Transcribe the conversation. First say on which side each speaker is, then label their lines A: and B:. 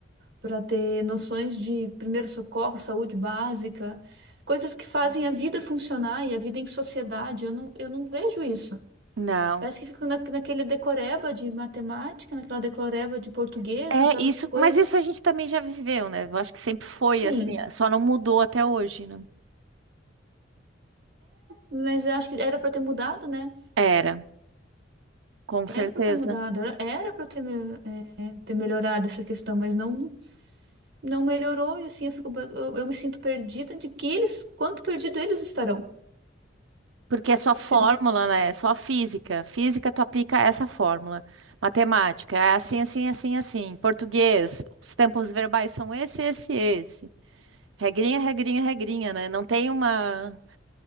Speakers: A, on the right; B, on the right.
A: para ter noções de primeiro socorro, saúde básica, coisas que fazem a vida funcionar e a vida em sociedade. Eu não, eu não vejo isso.
B: Não.
A: Parece que fica na, naquele decoreba de matemática, naquela decoreba de português,
B: É,
A: naquelas
B: é isso,
A: coisas.
B: mas isso a gente também já viveu, né? Eu acho que sempre foi
A: Sim,
B: assim, só não mudou até hoje, né?
A: mas eu acho que era para ter mudado, né?
B: Era. Com
A: Era
B: certeza.
A: para ter mudado, era, era para ter, me- é, ter melhorado essa questão, mas não, não melhorou e assim eu fico, ba- eu, eu me sinto perdida de que eles, quanto perdido eles estarão.
B: Porque é só fórmula,
A: Se o-
B: né? É só física. Física, tu aplica essa fórmula. Matemática, é assim, assim, assim, assim. Português, os tempos verbais são esse, esse, esse. Regrinha, regrinha, regrinha, né? Não tem uma.